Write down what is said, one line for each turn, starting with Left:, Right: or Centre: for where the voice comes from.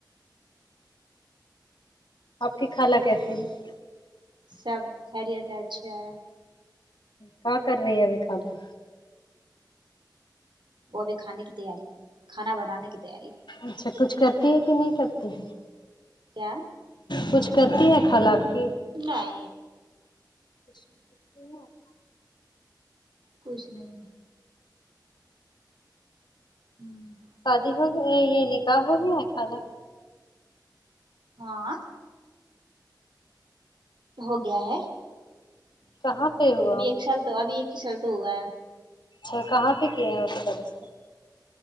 Left: آپ کی خالہ کیسے ہیں
Right: سب خیریت ہے اچھا ہے
Left: کیا کر رہی ہے ابھی خالہ
Right: وہ ابھی کھانے کی تیاری کھانا بنانے کی تیاری
Left: اچھا کچھ کرتی ہے کہ نہیں کرتی ہے
Right: کیا
Left: کچھ کرتی ہے خالہ آپ کی
Right: نںے
Left: کچھا
Right: کچھ نہیں امم
Left: شادی ہو گیا یہ نکاح ہو گیا ہے خالہ
Right: ہاں ہو گیا ہے
Left: کہاں پہ ہو
Right: ابھی ایک سال تو ابھی ایک ہی سال تو ہوا ہے
Left: اچھا کہاں پہ کیے ہیں وہ پرست